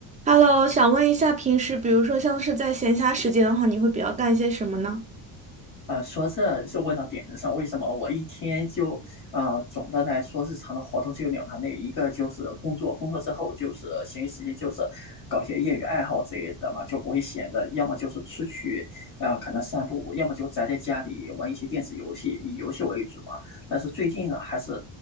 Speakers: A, on the right; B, on the left.
A: Hello，想问一下，平时比如说像是在闲暇时间的话，你会比较干些什么呢？
B: 呃，说这就问到点子上，为什么我一天就呃，总的来说日常的活动只有两大类，一个就是工作，工作之后就是闲余时间就是搞些业余爱好之类的嘛，就不会闲着，要么就是出去，呃，可能散步，要么就宅在家里玩一些电子游戏，以游戏为主嘛。但是最近呢，还是